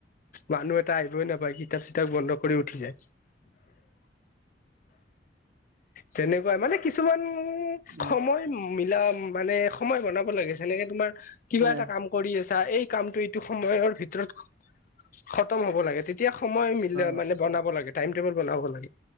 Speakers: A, on the left (about 50°); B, on the right (about 60°).
A: মানুহ এটা আহিবই নাপায় কিতাপ চিতাপ বন্ধ কৰি উঠি যায় তেনেকুৱাই মানে কিছুমান
B: উম
A: সময় মিলা মানে সময় বনাব লাগে। যেনেকে তোমাৰ কিবা
B: হয়
A: এটা কাম কৰি আছা এই কামটো এইটো সময়ৰ ভিতৰত খতম হ'ব লাগে। তে তিয়া সময় ম
B: অ
A: মানে বনাব লাগে, টাইম টেবুল বনাব লাগে।